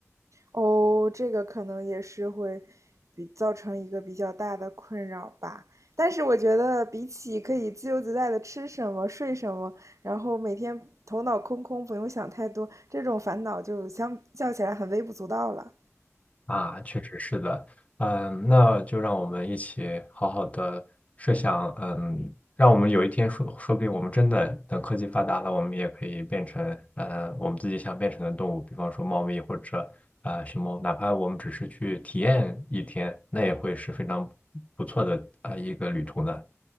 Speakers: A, on the right; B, on the left.
A: 哦，这个可能也是会比造成一个比较大的困扰吧。但是我觉得，比起可以自由自在的吃什么、睡什么，然后每天头脑空空，不用想太多，这种烦恼就相较起来很微不足道了。
B: 啊，确实是的，嗯，那就让我们一起好好的设想，嗯，让我们有一天说，说不定我们真的等科技发达了，我们也可以变成，呃，我们自己想变成的动物，比方说猫咪或者啊、呃熊猫，哪怕我们只是去体验一天，那也会是非常不错的啊一个旅途呢。